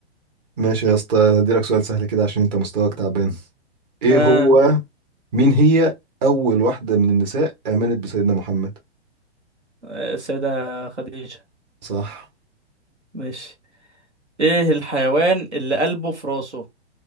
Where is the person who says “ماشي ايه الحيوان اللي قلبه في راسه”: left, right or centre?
Right